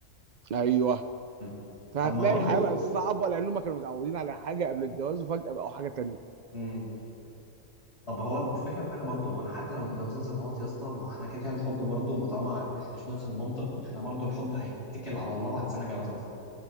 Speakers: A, on the right; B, on the left.
A: ايوه
B: مم.
A: فهتلاقي
B: طب ما برضو
A: الحياه بقت صعبه لانهم كانوا متعودين على حاجه قبل الجواز وفجاه بقوا حاجه تانيه
B: امم، طب هو الفكره في حاجه برضه ما انا حتى لو متجوزين صالونات يا اسطى ما هو احنا كده كده الحب برضه ما طالما احنا مش نفس المنطق ما احنا برضه الحب هيتكل على الله بعد سنه جواز مثلا